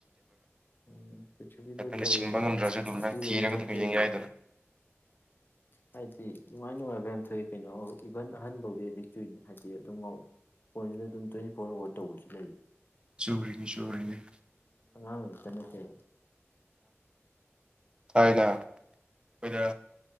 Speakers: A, on the left; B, on the right.
A: ꯎꯝ ꯄ꯭ꯔꯤꯊꯤꯕꯤꯗ
B: ꯅꯪꯅ
A: ꯇꯧꯔꯤꯕ
B: ꯆꯤꯡꯕ ꯉꯝꯗ꯭ꯔꯁꯨ ꯑꯗꯨꯝ
A: ꯑꯗꯨꯗꯁꯨ
B: ꯅꯪ ꯊꯤꯔꯒ
A: ꯅꯠꯇꯦ
B: ꯑꯗꯨꯝ ꯌꯦꯡ ꯌꯥꯏꯗꯅ
A: ꯍꯥꯏꯗꯤ ꯅꯨꯡꯉꯥꯏ ꯅꯨꯡꯉꯥꯏꯕ ꯄꯣꯕ꯭ꯂꯦꯝ ꯊꯣꯛꯏ ꯀꯩꯅꯣ ꯏꯚꯟ ꯑꯍꯟ ꯐꯥꯎꯗꯤ ꯑꯦꯗꯤꯛ ꯆꯨꯏꯅꯤ ꯍꯥꯏꯗꯤ ꯑꯗꯨꯝ ꯐꯣꯟꯁꯤꯗ ꯑꯗꯨꯝ ꯇ꯭ꯋꯦꯟꯇꯤ ꯐꯣꯔ ꯑꯋꯥꯔ ꯇꯧꯕꯁꯨ ꯂꯩ
B: ꯁꯨꯔꯤꯅꯦ ꯆꯨꯔꯤꯅꯦ
A: ꯑꯉꯥꯡ ꯆꯟꯅꯁ
B: ꯊꯥꯏꯅ ꯑꯩꯈꯣꯏꯗ